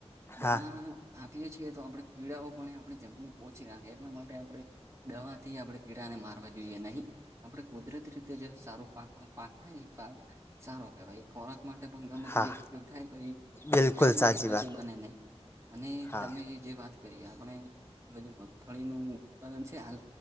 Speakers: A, on the right; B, on the left.
A: દવા
B: હા
A: આપીએ છીએ તો આપણે કીડાઓ પણ આપણે જમીનને પોચી રાખે એટલા માટે આપણે દવા થી આપડે કીડાને મારવા જોઈએ નહી. આપડે કુદરતી રીતે જે સારું પાક પાક થાય એ પાક. સારો કેહેવાય એ ખોરાક માટે પણ ગમે
B: હા
A: એ ઉપયોગ થાય તો એ
B: બિલકુલ
A: નુકસાન લાયક
B: સાચી
A: કશું
B: વાત
A: બને નને. અને
B: હા
A: તમે. જે વાત કરીએ આપણે જે મગફળીનું ઉત્પાદન છેાલ.